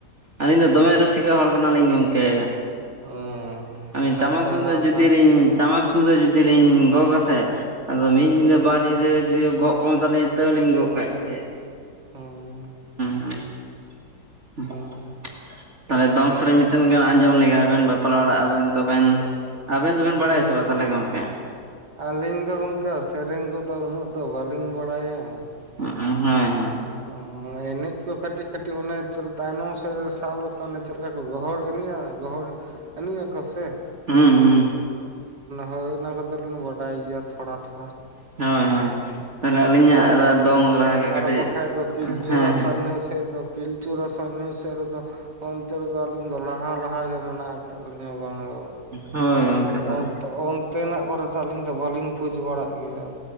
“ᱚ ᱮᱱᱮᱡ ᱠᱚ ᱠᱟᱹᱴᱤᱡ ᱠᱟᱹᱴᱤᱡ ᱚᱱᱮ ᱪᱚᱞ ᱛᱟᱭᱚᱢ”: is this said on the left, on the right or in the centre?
Right